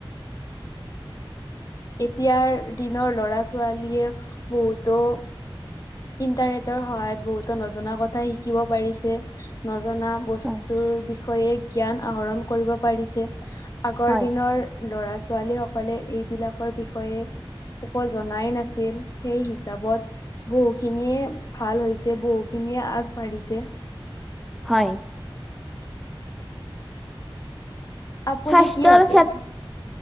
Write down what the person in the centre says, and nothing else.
হয়
হয়
হয়।
স্বাস্থ্যৰ
ক্ষেত